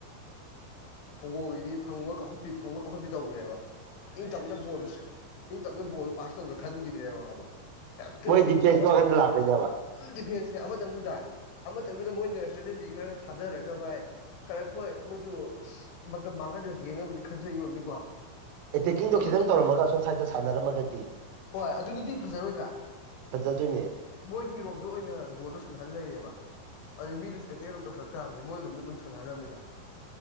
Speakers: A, on the left (about 75°); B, on the right (about 90°).
A: ꯀꯣꯡꯒꯣꯒꯤꯗꯤ ꯐꯪꯕ ꯀꯥꯎꯈꯠꯄꯤ ꯐꯪꯕ ꯀꯥꯎꯈꯠꯄꯤ ꯇꯧꯈ꯭ꯔꯦꯕ ꯏꯪ ꯇꯞꯅ ꯕꯣꯜ ꯏꯪ ꯇꯞꯅ ꯕꯣꯜꯗꯣ ꯄꯥꯁ ꯇꯧꯗ꯭ꯔꯥ ꯈꯟꯈꯤꯗ꯭ꯔꯦꯕ ꯍꯦꯛꯇꯥ
B: ꯃꯣꯏ ꯗꯤꯐꯦꯟꯁꯀꯤ
A: ꯃꯇꯝꯁꯦ
B: ꯋꯥꯈꯟꯗ ꯂꯥꯛꯄꯩꯅꯦꯕ
A: ꯐꯨꯜ ꯗꯤꯐꯦꯟꯁꯅꯦ ꯑꯃꯇꯪꯗꯨꯗ ꯑꯃꯇꯪꯗꯨꯗ ꯃꯣꯏꯅ ꯏꯁꯇ꯭ꯔꯦꯇꯦꯖꯤ ꯈꯔ ꯊꯥꯗꯔꯒ ꯚꯥꯏ ꯀꯔꯥ ꯍꯣꯏ ꯃꯣꯏꯁꯨ ꯃꯇꯝ ꯃꯥꯡꯍꯜꯂꯒꯦꯅꯕꯨꯗꯤ ꯈꯟꯖꯩꯕ ꯑꯣꯏꯔꯝꯅꯤꯀꯣ
B: ꯑꯦꯇꯦꯛꯀꯤꯡꯗꯣ
A: ꯑꯗꯨ
B: ꯈꯤꯇꯪ ꯇꯧꯔꯝꯒ ꯁꯣꯝ ꯁ꯭ꯥꯏꯗ ꯁꯥꯟꯅꯔꯝꯃꯥꯒꯗꯤ
A: ꯍꯣꯏ ꯑꯗꯨꯗꯨꯗꯤ ꯐꯖꯔꯣꯏꯗ꯭ꯔꯥ
B: ꯐꯖꯗꯣꯏꯅꯦ
A: ꯃꯣꯏꯒꯤ ꯔꯣꯝꯗꯣ ꯑꯣꯏꯅ ꯕꯣꯗꯣ ꯁꯅꯍꯜ ꯂꯩꯔꯦꯕ ꯑꯗꯩ ꯃꯤꯗꯨꯁꯨ ꯑꯦꯇꯦꯛ ꯁꯨꯝ ꯇꯧꯁꯟꯂꯛꯇꯥꯕꯅꯤ ꯃꯣꯏꯔꯣꯝꯗ ꯑꯗꯨꯝ ꯁꯥꯟꯅꯍꯜꯕꯅꯤꯅ